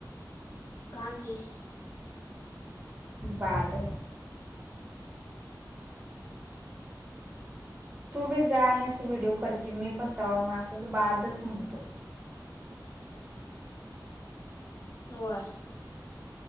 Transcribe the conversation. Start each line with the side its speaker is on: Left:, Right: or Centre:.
Left: घाण घिस
Right: बाद. तू बी जा आणि असं व्हिडिओ कर की, मी पण तव्हा आसंच बादच म्हणतो.
Left: व्हय.